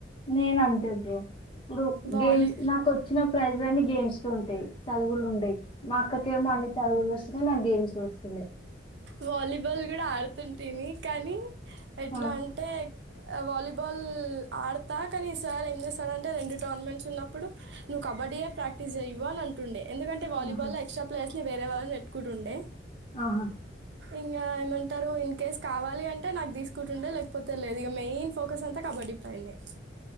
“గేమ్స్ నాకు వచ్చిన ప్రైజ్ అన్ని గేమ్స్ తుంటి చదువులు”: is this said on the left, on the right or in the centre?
Left